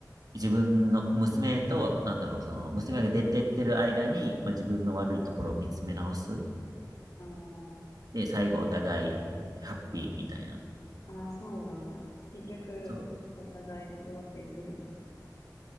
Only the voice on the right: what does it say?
自分の娘と、なんだろう、その、娘が出てってる間に、まあ、自分の悪いところを見つめ直す。
で、最後お互いハッピーみたいな。
そう